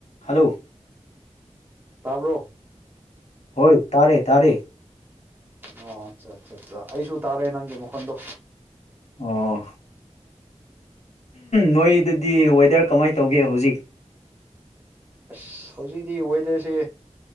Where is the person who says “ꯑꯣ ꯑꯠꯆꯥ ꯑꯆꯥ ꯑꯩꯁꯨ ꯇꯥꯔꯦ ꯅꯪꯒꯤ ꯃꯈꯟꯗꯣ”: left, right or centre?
Right